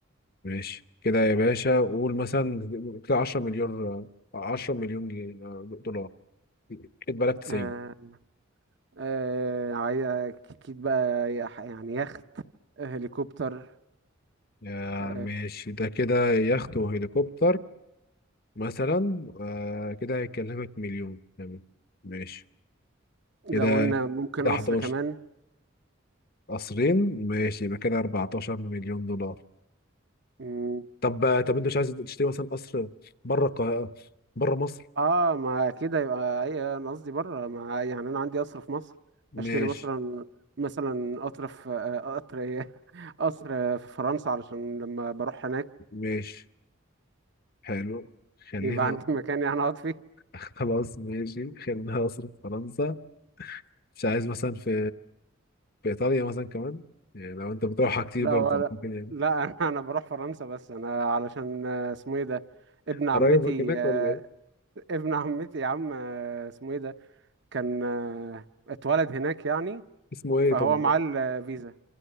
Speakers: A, on the left; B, on the right.
A: ماشي كده يا باشا قول مثلا كده 10 مليار آه، 10 مليون جنيه، آه، دولار خد بالك 90
B: آه آه عاي- أكيد بقى يح- يعني يخت هليكوبتر
A: آه
B: آه
A: ماشي ده كده يخت وهليكوبتر مثلا آه كده هيكلفك مليون تمام ماشي
B: لو
A: كده
B: قلنا ممكن
A: ده
B: قصر
A: 11
B: كمان
A: قصرين ماشي يبقى كده 14 مليون دولار
B: مم،
A: طب طب انت مش عايز تشتري مثلا قصر بره القاهرة بره مصر
B: اه ما كده يبقى اي انا قصدي بره ما يعني انا عندي قصر في مصر
A: ماشي
B: اشتري مثلا مثلا قطر في آه، قطر ايه <laughs> قصر في فرنسا علشان لما بروح هناك
A: ماشي حلو خلينا
B: يبقى عندي مكان يعني اقعد فيه
A: <laughs> خلاص ماشي خلينا قصر في فرنسا مش عايز مثلا في في ايطاليا مثلا كمان يعني لو انت بتروحها كتير
B: لا
A: برضه
B: ولا
A: ممكن يعني
B: لا <laughs> انا بروح فرنسا بس انا علشان آه، اسمه ايه ده ابن عمتي
A: قرايبك هناك
B: آه،
A: ولا ايه
B: ابن عمتي يا عم آه، اسمه ايه ده كان آه، اتولد هناك يعني
A: اسمه ايه
B: فهو
A: طب
B: معاه الفيزا